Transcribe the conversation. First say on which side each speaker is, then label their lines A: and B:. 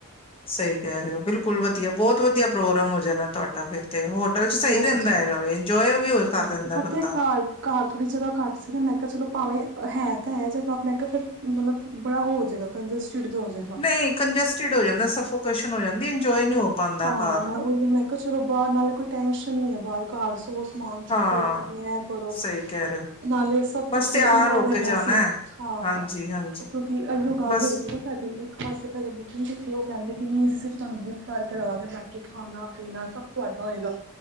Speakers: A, on the left; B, on the right.
A: ਸਈ ਕੇ ਰਹੇ ਹੋ ਬਿਲਕੁਲ ਵਧੀਆ ਬੋਤ ਵਧੀਆ। ਪ੍ਰੋਗਰਾਮ ਹੋ ਜਾਣਾ ਤੁਹਾਡਾ ਫਿਰ ਤੇ ਹੋਟਲ ਚ ਸਈ
B: ਹਾਂਜੀ
A: ਰਹਿੰਦਾ ਹੈਗਾ ਵੇ ਇੰਜੋਏ ਵੀ ਕਰ
B: ਹਾਂ
A: ਲੈਂਦਾ
B: ਪਤਾ
A: ਬੰਦਾ।
B: ਹੈ ਘਰ ਘਰ ਥੋੜੀ ਜਗਾ ਘੱਟ ਸੀਗਾ ਮੈਂ ਕਿਆ ਚਲੋ ਭਾਵੇ ਹੈ ਤੇ ਹੈ ਜਗਾ ਮੈਂ ਕਿਹਾ ਫਿਰ ਮਤਲਬ ਬੜਾ ਉਹ ਜੇਗਾ। ਕੰਜਸਟਿਡ ਜਾ ਹੋ ਜੇਗਾ।
A: ਨਹੀਂ ਕੰਜਸਟਿਡ ਹੋ ਜਾਂਦਾ, ਸਫੋਕੇਸ਼ਨ ਹੋ ਜਾਂਦੀ ਏ ਇੰਜੋਏ ਨੀ ਹੋ ਪਾਉਂਦਾ
B: ਹਾਂ,
A: ਘਰ
B: ਮੈਂ ਉਹੀ ਮੈਂ ਕਿਆ ਚਲੋ ਬਾਰ ਨਾਲੇ ਕੋਈ ਟੈਂਸ਼ਨ ਨੀ ਆ ਬਾਰ ਘਰ ਸੋ ਸਮਾਨ
A: ਹਾਂ
B: ਚੁੱਕੋ ਆਪਣੇ ਐ ਕਰੋ।
A: ਸਹੀ ਕਹਿ ਰਹੇ ਹੋ
B: ਨਾਲੇ ਸਭ
A: ਬਸ
B: ਕੁਛ ਫੇਰ
A: ਤਿਆਰ
B: ਓਨਾਂ
A: ਹੋ
B: ਦਾ ਹੇਗਾ
A: ਕੇ ਜਾਣਾ
B: ਸੀ,
A: ਹੈ
B: ਹਾਂ
A: ਹਾਂਜੀ ਹਾਂਜੀ
B: ਕਿਉਂਕਿ ਏਇਯੋ ਗੱਲ
A: ਬਸ
B: ਹੋਈ ਸੀ ਨਾ। ਸਾਡੀ ਇੱਕ ਪਾਸੇ ਪੈਲੇ ਬੁਕਿੰਗ ਕੀਤੀ ਏ ਉਹ ਕਹਿੰਦੇ ਕਿ ਨਈ ਅਸੀਂ ਸਿਰਫ ਤੁਹਾਨੂੰ ਬੁੱਕ ਕਰ ਕਰਵਾਗੇ ਬਾਕੀ ਖਾਨਾ-ਪੀਨਾ ਸਭ ਤੁਹਾਡਾ ਹੋਏਗਾ।